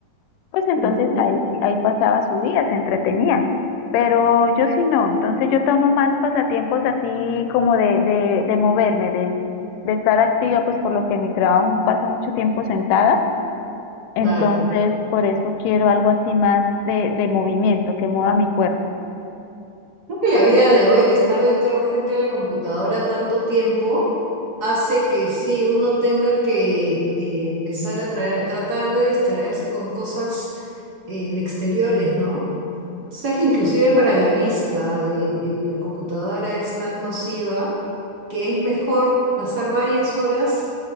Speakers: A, on the left; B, on the right.
A: pues entonces
B: Ujú.
A: ahí, ahí pasaba su día, se entretenía. Pero yo sí no, entonces yo tomo más pasatiempos así como de, de, de moverme, de, de estar activa, pues por lo que en mi trabajo paso mucho tiempo sentada, entonces
B: Claro.
A: por eso quiero algo así más de, de movimiento, que mueva mi cuerpo.
B: Creo que la vida de hoy, de estar dentro frente a la computadora tanto tiempo, hace que sí, uno tenga que eh, empezar a traer- tratar de distraerse con cosas eh, en exteriores, ¿no? O sea, que inclusive para la vista, el- el- la computadora es tan nociva que es mejor pasar varias horas